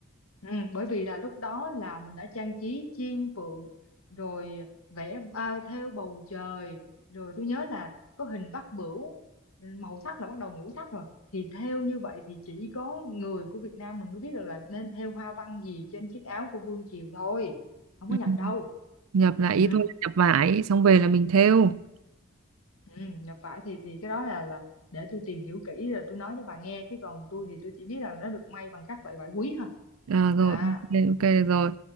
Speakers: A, on the left (about 80°); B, on the right (about 75°).
A: ừ bởi vì là lúc đó là mình đã trang trí chim phượng rồi vẽ à, thêu bầu trời rồi tôi nhớ là có hình bát bửu màu sắc là bắt đầu ngũ sắc rồi thì thêu như vậy thì chỉ có người của Việt Nam mình mới biết được là nên thêu hoa văn gì trên chiếc áo của Vương Triều thôi không
B: ừ.
A: có nhập đâu
B: nhập lại
A: ừ
B: ý tôi là nhập vải xong về là mình thêu
A: Ừ, nhập vải thì thì cái đó là là để tôi tìm hiểu kỹ rồi tôi nói cho bà nghe chứ còn tôi thì tôi chỉ biết là nó được may bằng các loại vải quý thôi
B: à, rồi
A: à
B: ok ok, được rồi